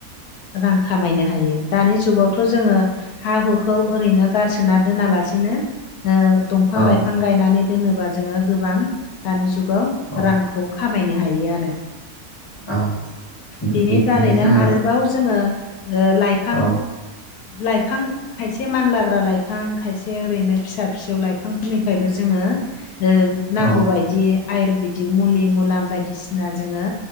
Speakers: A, on the left (about 80°); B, on the left (about 20°).
A: रां खामायनो हायो। दानि जुगावथ' जोङो हा हुखौ ओरैनो गारसोना दोनालासिनो ओ दंफां
B: औ
A: लाइफां गायनानै दोनोबा जोङो गोबां दानि जुगाव
B: औ
A: रांखौ खामायनो हायो आरो।
B: औ बिदिनो
A: बेनि दारैनो
B: जोङो
A: आरोबाव जोङो ओ लाइफां
B: औ
A: लाइफां खायसे मानलाग्रा लाइफां खायसे ओरैनो फिसा फिसौ लाइफांफोरनिफ्रायबो जोङो ओ नांगौ
B: औ
A: बायदि आयुरबेदिक मुलि मुलाम बायदिसिना जोङो